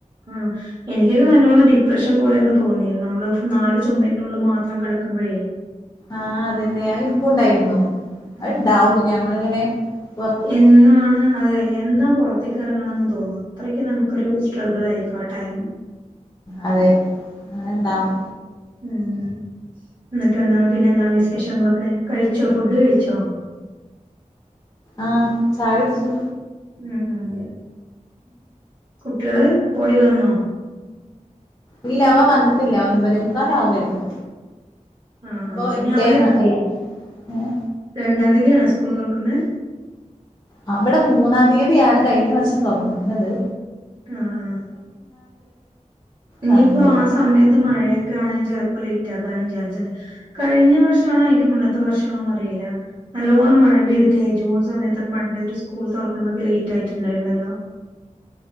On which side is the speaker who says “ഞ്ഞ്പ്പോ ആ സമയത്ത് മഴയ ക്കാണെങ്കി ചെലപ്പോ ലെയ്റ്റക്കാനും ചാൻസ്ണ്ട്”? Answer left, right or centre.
Right